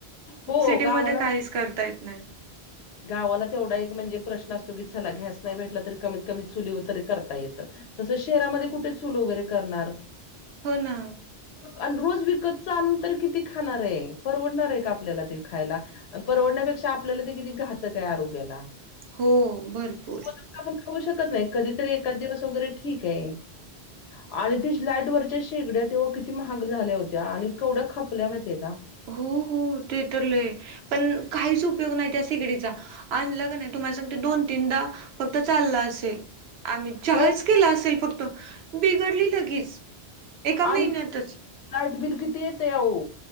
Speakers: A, on the left; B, on the right.
A: हो
B: सिटीमध्ये
A: गावाला माहि
B: काहीच करता येत नाही.
A: गावाला तेवढा एक म्हणजे प्रश्न असतो की चला गॅस नाही भेटला तरी कमीत कमी चुलीवर तरी करता येतं- तसं शहरामध्ये कुठे चूल वगैरे करणार?
B: हो ना.
A: आण रोज विकतच आणून तर किती खाणार ये परवडणार ये का आपल्याला ते खायला परवडण्यापेक्षा आपल्याला ते किती घातक ये आरोग्याला
B: हो भरपूर
A: मग आपण खाऊ शकत नाही कधीतरी एकाद दिवस वगैरे ठीक ये. आणि ते लाईट वरच्या शेगड्या तेव्हा किती महाग झाल्या होत्या आणि केवढ्या खपल्या माहितीये का?
B: हो हो ते तर लय पण काहीच उपयोग नाही त्या शेगडीचा आणला का नाई तुम्हाला सांगते दोन तीनदा फक्त चालला असेल आम्ही चहाच
A: हो
B: केला असेल फक्त बिघडली लगेच एका महिन्यातच
A: आणि त्यात लाइट बिल किती येते आओ